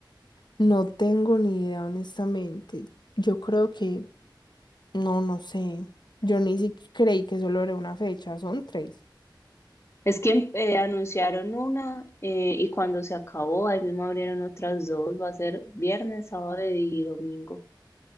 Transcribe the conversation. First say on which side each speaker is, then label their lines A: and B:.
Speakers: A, on the left (about 65°); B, on the left (about 35°).
A: No tengo ni idea, honestamente. Yo creo que, no, no sé. Yo ni siquiera creí que solo era una fecha, son tres.
B: Es que eh, anunciaron una eh, y cuando se acabó, ahí mismo abrieron otras dos, va a ser viernes, sábado y domingo,